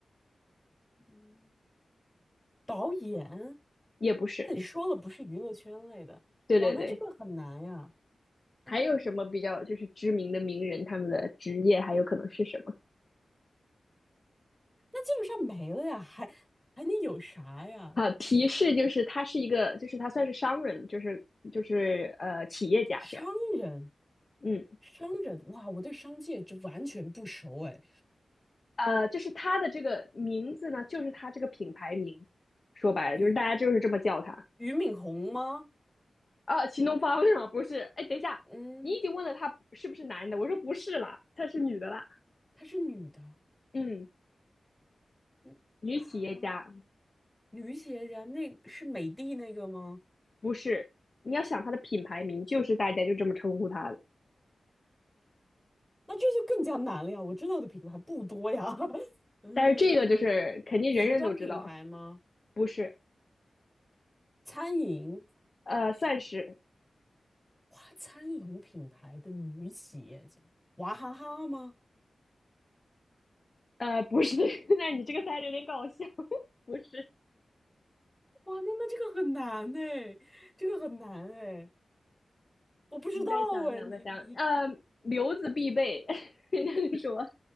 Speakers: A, in the centre; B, on the left.
A: 嗯，导演？
B: 也不是，
A: 那你说了不是娱乐圈类的，
B: 对对对，
A: 哇，那这个很难呀。
B: 还有什么比较就是知名的名人，
A: 啊，
B: 他们的职业还有可能是什么？
A: 那基本上没了呀，还还能有啥呀？
B: 好，提示就是他是一个，就是他算是商人，就是就是呃企业家这样。
A: 商人，
B: 嗯，
A: 商人，哇，我对商界这完全不熟哎。
B: 呃，就是他的这个名字呢，就是他这个品牌名，说白了就是大家就是这么叫他
A: 俞俞敏洪吗？
B: 啊。秦东方是吗？不是，哎，等一下，
A: 嗯，
B: 你已经问了他是不是男的，我说不是啦，他是女的啦。
A: 她是女的。
B: 嗯，
A: 嗯啊，
B: 女企业家
A: 女企业家那是美的那个吗？
B: 不是。你要想他的品牌名，就是大家就这么称呼他的。
A: 那这就更加难了呀！我知道的品牌不多呀。<laughs> 嗯，
B: 但是这个就是肯定人人都知道，
A: 服装品牌吗？
B: 不是，
A: 餐饮，
B: 呃，算是，
A: 哇，餐饮品牌的女企业家，娃哈哈吗？
B: 呃，不是。<laughs> 那你这个猜的有点搞笑，<laughs> 不是。
A: 哇，那那这个很难呢，这个很难哎，我不知道哎，
B: 你再想想，
A: 你你
B: 再想，呃，留子必备。<laughs> 人家就说，